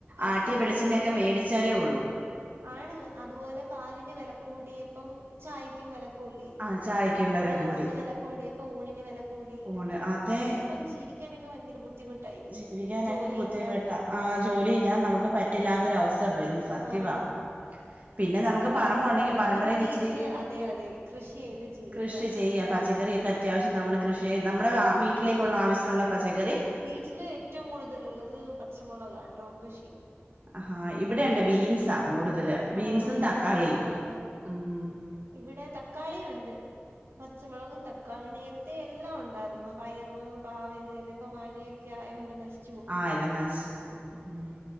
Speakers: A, on the right (about 70°); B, on the right (about 40°).
A: അതുപോലെ
B: ആട്ടിയ വെളിചെണ്ണയൊക്കെ മേടിച്ചാലേ ഒള്ളൂ.
A: ആണ് അതുപോലെ പാലിന് വെലക്കൂട്ടിയപ്പം ചായക്കും വെലക്കൂട്ടി.
B: ആഹ് ചായക്കും വെല
A: ഗ്യാസിന്
B: കൂടി
A: വെല കൂടിയപ്പൊ ഊണിന് വെല കൂടി
B: ഊണ്
A: അങ്ങനൊക്കെ
B: അതെ
A: ഇനിയിപ്പം ജീവി ക്കാനൊക്കെ ഭയങ്കര ബുദ്ധിമുട്ടായിരിക്കും
B: ജീവിക്കാനൊക്കെ
A: ജോലി
B: ബുദ്ധിമുട്ടാ
A: ഇല്ലാതെ.
B: ആഹ് ജോലിയില്ലാതെ നമുക്ക് പറ്റില്ലാത്തൊര അവസ്ഥ വരും സത്യവാ.
A: ആണ്
B: പിന്നെ
A: അതുകൊണ്ട്
B: നമുക്ക് പറമ്പൊണ്ടെങ്കി
A: നമുക്ക്
B: പറമ്പിലേക്കിച്ചിരി
A: പിന്നെ വീട്ടില് അതെ അതെ കൃഷി ചെയ്ത് ജീവിക്കാം
B: കൃഷി ചെയ്യാം പ ച്ചക്കറിയൊക്കെ അത്യാവശ്യം നമ്മള് കൃഷി നമ്മുടെ വീട്ടിലേക്കുള്ള ആവശ്യത്തിനുള്ള പച്ചക്കറി.
A: വീട്ടില് ഏറ്റവും കൂടുതലുള്ളത് പച്ചമുളക്കാട്ടോ പശെ.
B: ആഹാ ഇവിടെണ്ട് ബീൻസാ കൂടുതല് ബീൻസും
A: ആഹ് ഇവിടെ
B: തക്കാളിയും.
A: പച്ചമുളക്
B: ഉം
A: ഇവിടെ തക്കാളി ഉണ്ട് പച്ചമുളകും തക്കാളി നേരത്തെ എല്ലാം ഉണ്ടായിരുന്നു പയർ പാവൽ അല്ല ഇപ്പ മഴയ ക്കെ ആയോണ്ട് നശി
B: ആഹ് എല്ലാം നശിച്ച് പ്പോ വും ഉം